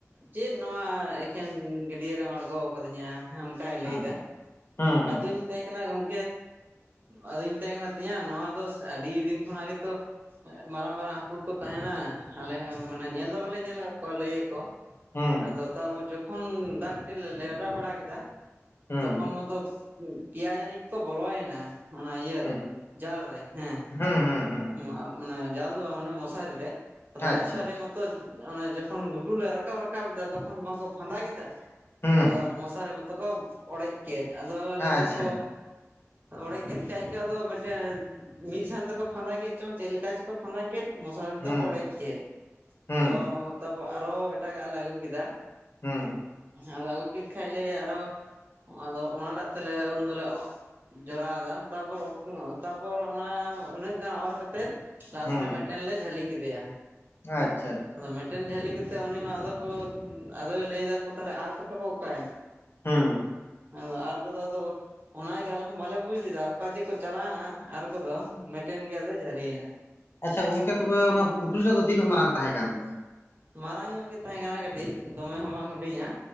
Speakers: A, on the right (about 40°); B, on the left (about 50°).
A: ᱪᱮᱫ ᱱᱚᱣᱟ ᱮᱠᱮᱱ ᱜᱟᱹᱰᱭᱟᱹ ᱨᱮᱢ ᱟᱬᱜᱚ ᱠᱟᱫᱤᱧᱟ, ᱚᱱᱠᱟᱭ
B: ᱦᱩᱸ
A: ᱞᱟᱹᱭ ᱮᱫᱟ
B: ᱦᱩᱸ ᱦᱩᱸ
A: ᱟᱫᱚᱧ ᱢᱮᱛᱟᱭ ᱠᱟᱱᱟ ᱜᱚᱝ, ᱟᱫᱚᱧ ᱢᱮᱛᱟᱭ ᱠᱟᱱᱟ ᱛᱮᱭᱟᱝ ᱱᱚᱣᱟ ᱫᱚ ᱟᱹᱰᱤ ᱫᱤᱱ ᱠᱷᱚᱱᱟᱜ ᱜᱮᱛᱚ᱾ ᱢᱟᱨᱟᱝ ᱢᱟᱨᱟᱝ ᱦᱟᱹᱠᱩ ᱠᱚ ᱛᱟᱦᱮᱱᱟ ᱟᱞᱮ ᱦᱚᱸ ᱢᱟᱱᱮ ᱧᱮᱞ ᱫᱚ ᱵᱟᱞᱮ ᱧᱮᱞ ᱟᱠᱟᱫ ᱠᱚᱣᱟ ᱞᱟᱹᱭ ᱟᱠᱚ᱾
B: ᱦᱩᱸ
A: ᱟᱫᱚ ᱛᱟᱯᱚᱨ ᱡᱚᱠᱷᱚᱱ ᱫᱟᱜ ᱠᱟᱹᱴᱤᱡ ᱞᱮ ᱞᱮᱣᱨᱟ ᱵᱟᱲᱟ ᱠᱮᱫᱟ
B: ᱦᱩᱸ
A: ᱛᱚᱠᱷᱚᱱ
B: ᱦᱩᱸ
A: ᱢᱟᱛᱚ᱾ ᱯᱮᱸᱭᱟ ᱡᱟᱹᱱᱤᱡ ᱠᱚ ᱵᱚᱞᱚᱭᱮᱱᱟ ᱚᱱᱟ ᱤᱭᱟ
B: ᱦᱩᱸ
A: ᱨᱮ ᱡᱟᱞ ᱨᱮ ᱦᱮᱸ᱾
B: ᱦᱩᱸ ᱦᱩᱸ ᱦᱩᱸ᱾ ᱦᱩᱸ
A: ᱢᱟᱱᱮ ᱡᱟᱞ ᱫᱚ ᱵᱟᱝ ᱢᱟᱱᱮ ᱢᱚᱥᱟᱨᱤ ᱨᱮ ᱟᱫᱚ
B: ᱟᱪᱪᱷᱟ
A: ᱢᱚᱥᱟᱨᱤ
B: ᱟᱪᱪᱷᱟ
A: ᱢᱚᱛᱚ᱾ ᱚᱱᱮ ᱡᱚᱠᱷᱚᱱ ᱜᱷᱩᱴᱩ ᱞᱮ ᱨᱟᱠᱟᱵ ᱨᱟᱠᱟᱵ ᱮᱫᱟ ᱛᱚᱠᱷᱚᱱ ᱵᱟᱝᱠᱚ ᱯᱷᱟᱫᱟ ᱠᱮᱫᱟ
B: ᱦᱩᱸ
A: ᱟᱫᱚ ᱢᱚᱥᱟᱨᱤ, ᱛᱚᱠᱚ ᱚᱲᱮᱡ ᱠᱮᱫ ᱟᱫᱚ ᱞᱟᱹᱭ
B: ᱟᱪᱪᱷᱟ
A: ᱫᱟᱠᱚ᱾ ᱚᱲᱮᱡ ᱜᱮᱫ ᱠᱷᱟᱱ ᱠᱚ ᱟᱫᱚ ᱢᱤᱫᱴᱮᱱ ᱢᱤᱫ ᱥᱟᱶ ᱛᱮᱠᱚ ᱯᱷᱟᱫᱟ ᱠᱮᱫ ᱪᱚᱝ ᱪᱮᱫ ᱞᱮᱠᱟ ᱪᱚᱠᱚ ᱯᱷᱟᱫᱟ ᱠᱮᱫ, ᱢᱚᱥᱟᱨᱤ
B: ᱦᱩᱸ
A: ᱫᱚ ᱠᱚ ᱚᱲᱮᱡ ᱠᱮᱫ
B: ᱦᱩᱸ
A: ᱟᱫᱚ ᱛᱟᱯᱚᱨ ᱟᱨᱚ ᱮᱴᱟᱜᱟᱞᱮ ᱟᱜᱩ ᱠᱮᱫᱟ,
B: ᱦᱩᱸ
A: ᱟᱫᱚ ᱟᱹᱜᱩ ᱠᱮᱫ ᱠᱷᱟᱡ ᱞᱮ ᱟᱨᱚ, ᱟᱫᱚ ᱚᱱᱟᱴᱟᱜ ᱛᱮᱞᱮ ᱩᱱ ᱫᱚᱞᱮ ᱚᱻ ᱡᱚᱨᱟᱣ ᱫᱟ ᱛᱟᱯᱚᱨ ᱩᱠᱩᱨ ᱛᱟᱯᱚᱨ ᱚᱱᱟ ᱩᱱᱟᱹᱜ᱾ ᱩᱱᱟᱹᱜ ᱜᱟᱱ ᱚᱨ ᱠᱟᱛᱮᱫ ᱞᱟᱥ
B: ᱦᱩᱸ
A: ᱨᱮ ᱢᱤᱫᱴᱮᱱ ᱞᱮ ᱡᱷᱟᱹᱞᱤ ᱠᱮᱫᱮᱭᱟ᱾
B: ᱟᱪᱪᱷᱟ ᱟᱪᱪᱷᱟ᱾
A: ᱟᱫᱚ ᱢᱤᱫᱴᱮᱱ ᱡᱷᱟᱹᱞᱤ ᱠᱟᱛᱮᱫ ᱩᱱᱤ ᱦᱚᱸ ᱟᱫᱚ ᱠᱚ ᱟᱫᱚᱭ ᱞᱟᱹᱭ ᱫᱟᱠᱚ ᱛᱟᱦᱚᱞᱮ ᱟᱨ ᱠᱚᱫᱚ ᱠᱚ ᱚᱠᱟᱭᱮᱱᱟ᱾
B: ᱦᱩᱸ
A: ᱟᱫᱚ ᱟᱨ ᱠᱚᱫᱚ ᱟᱫᱚ ᱚᱱᱟ ᱜᱮ ᱟᱞᱮ ᱦᱚᱸ ᱵᱟᱞᱮ ᱵᱩᱡ ᱞᱮᱫᱟ ᱚᱠᱟ ᱡᱮᱠᱚ ᱪᱟᱞᱟᱣᱮᱱᱟ ᱟᱨ ᱠᱚᱫᱚ ᱢᱤᱫ ᱴᱮᱱ ᱜᱮ ᱟᱫᱚ ᱡᱷᱟᱞᱤᱭᱮᱱᱟ᱾
B: ᱟᱪᱪᱷᱟ ᱜᱚᱝᱠᱮ ᱛᱚᱵᱮ ᱚᱱᱟ ᱯᱩᱠᱷᱨᱤ ᱴᱟ ᱫᱚ ᱛᱤᱱᱟᱹᱜ ᱢᱟᱨᱟᱝ ᱛᱟᱦᱮᱸ ᱠᱟᱱ ᱛᱮ᱾
A: ᱢᱟᱨᱟᱝ ᱧᱚᱜ ᱜᱮ ᱛᱟᱦᱮᱸ ᱠᱟᱱᱟ ᱠᱟᱹᱴᱤᱡ ᱫᱚᱢᱮ ᱦᱚᱸ ᱵᱟᱝ ᱦᱩᱰᱤᱧᱟ᱾